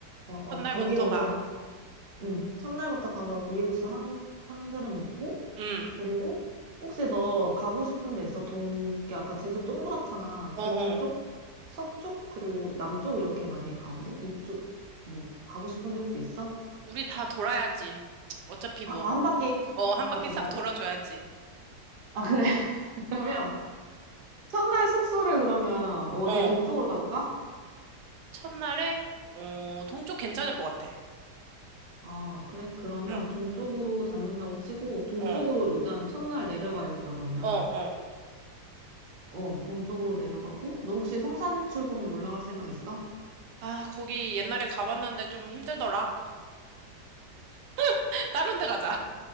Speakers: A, on the right (about 45°); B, on the right (about 80°).
A: 어 어
B: 첫날부터
A: 거기 먼저
B: 가.
A: 응 첫날부터 가서 고기국수 한 한 그릇 먹고
B: 응.
A: 그리고 혹시 너 가고 싶은 데 있어? 동 이렇게 아까 제주 동그랗잖아
B: 어어.
A: 동쪽 서쪽 그리고 남쪽 이렇게 많이 가거든? 이쪽 뭐 가고 싶은 데 혹시 있어?
B: 우리 다 돌아야지. 어차피
A: 아,
B: 뭐.
A: 아, 한 바퀴
B: 어, 한
A: 다
B: 바퀴
A: 돈다고?
B: 싹 돌아줘야지.
A: 아, 그래. 그러면 첫날 숙소를 그러면 어디
B: 어.
A: 동쪽으로 잡을까?
B: 첫날에, 어, 동쪽 괜찮을 것 같아.
A: 아, 그래? 그러면
B: 응,
A: 동쪽으로 잡는다고 치고 동쪽으로
B: 어,
A: 일단 첫날 내려가야겠다 그러면.
B: 어, 어.
A: 어, 동쪽으로 내려가고 너 혹시 성산일출봉 올라갈 생각 있어?
B: 아, 거기 옛날에 가봤는데 좀 힘들더라. <laughs> 다른 데 가자.